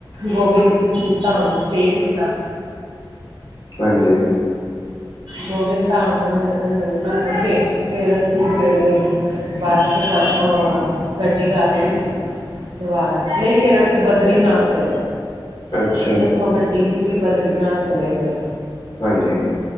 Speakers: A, on the right; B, on the left.
A: ਗੋਬਿੰਦ ਧਾਮ ਸਟੇ ਕੀਤਾ
B: ਹਾਂਜੀ
A: ਗੋਬਿੰਦ ਧਾਮ ਅਹ ਰੁਕ ਕੇ ਤੇਰ ਅਸੀ ਸਵੇਰੇ ਬੱਸਹ ਗੱਡੀ ਕਰ ਲਈ ਸੀ, ਦੁਬਾਰਾ ਨਹੀਂ ਫੇਿਰ ਅਸੀਂ ਬਦਰੀਨਾਥ ਗਏ।
B: ਅੱਛਾ,
A: ਅਸੀਂ ਉੱਥੋਂ ਗੱਡੀ ਕੀਤੀ ਬਦਰੀਨਾਥ ਚਲੇ ਗਏ।
B: ਹਾਂਜੀ,